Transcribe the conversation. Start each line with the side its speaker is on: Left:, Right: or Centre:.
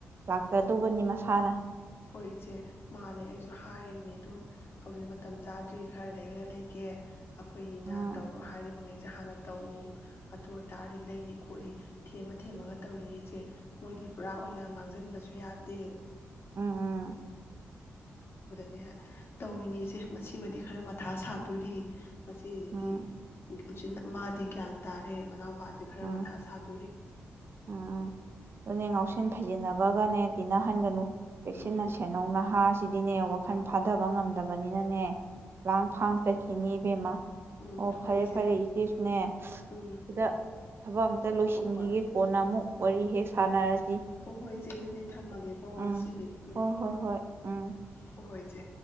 Right: ꯂꯥꯛꯆꯗꯧꯕꯅꯤ ꯃꯁꯥꯅ
Left: ꯍꯣꯏ ꯏꯆꯦ ꯃꯥꯅꯦ ꯑꯩꯁꯨ ꯍꯥꯏꯔꯤꯅꯤ ꯑꯗꯨꯝ ꯍꯧꯖꯤꯛ ꯃꯇꯝ ꯆꯥꯗ꯭ꯔꯤ ꯈꯔ ꯂꯩꯔ ꯂꯩꯒꯦ ꯑꯩꯈꯣꯏꯒꯤꯅ
Right: ꯎꯝ
Left: ꯇꯧꯔꯣ ꯍꯥꯏꯔꯤꯕ ꯉꯩ ꯁꯦ ꯍꯥꯟꯅ ꯇꯧꯎ ꯑꯗꯨ ꯑꯣꯏꯇꯥꯔꯗꯤ ꯂꯩꯅꯤ ꯈꯣꯠꯂꯤ ꯊꯦꯝꯃ ꯊꯦꯝꯃꯒ ꯇꯧꯔꯤꯅꯤ ꯏꯆꯦ ꯃꯣꯏꯗꯤ ꯄꯨꯔꯥ ꯑꯣꯏꯅ ꯉꯥꯡꯁꯤꯟꯕꯁꯨ ꯌꯥꯗꯦ
Right: ꯎꯝ
Left: ꯅꯦ ꯇꯧꯔꯤꯅꯤꯁꯦ ꯃꯁꯤꯃꯗꯤ ꯈꯔ ꯃꯊꯥ ꯁꯥꯗꯣꯔꯤ ꯃꯆꯦꯁꯤꯗꯤ
Right: ꯎꯝ
Left: ꯎꯆꯤꯟ ꯃꯥꯗꯤ ꯒ꯭ꯌꯥꯟ ꯇꯥꯔꯦ ꯃꯅꯥꯎ ꯅꯨꯄꯥꯁꯤ ꯈꯔ
Right: ꯎꯝ ꯎꯝ
Left: ꯃꯊꯥ ꯁꯥꯗꯣꯔꯤ
Right: ꯎꯝ ꯎꯝ ꯑꯗꯨꯅꯦ ꯉꯥꯎꯁꯤꯟ ꯐꯩꯖꯤꯟꯅꯕꯒꯅꯦ ꯇꯤꯟꯅꯍꯟꯒꯅꯨ ꯆꯦꯛꯁꯤꯟꯅ
Left: ꯎꯝ
Right: ꯁꯦꯟꯟꯅꯧ ꯅꯍꯥ ꯁꯤꯗꯤꯅꯦ ꯋꯥꯈꯜ ꯐꯥꯊꯕ ꯉꯝꯗꯕꯅꯤꯅꯅꯦ ꯂꯥꯡ ꯐꯥꯡ ꯆꯠꯈꯤꯅꯤ ꯏꯕꯦꯝꯃ
Left: ꯎꯝ
Right: ꯑꯣ
Left: ꯍꯣꯏ
Right: ꯐꯔꯦ
Left: ꯏꯆꯦ
Right: ꯐꯔꯦ ꯏꯆꯦꯁꯨꯅꯦ
Left: ꯎꯝ
Right: ꯑꯁꯤꯗ ꯊꯕꯛ ꯑꯝꯇ ꯂꯣꯏꯁꯤꯟꯈꯤꯒꯦ
Left: ꯍꯣ ꯍꯣꯏ
Right: ꯀꯣꯟꯅ ꯑꯃꯨꯛ ꯋꯥꯔꯤ ꯍꯦꯛ ꯁꯥꯟꯅꯔꯁꯤ
Left: ꯑꯣ ꯍꯣꯏ ꯍꯣꯏ ꯏꯆꯦ ꯑꯗꯨꯗꯤ ꯊꯝꯃꯒꯦꯀꯣ
Right: ꯎꯝ
Left: ꯉꯁꯤꯗꯤ ꯎꯝ
Right: ꯍꯣꯏ ꯍꯣꯏ ꯍꯣꯏ ꯎꯝ
Left: ꯍꯣꯏ ꯍꯣꯏ ꯏꯆꯦ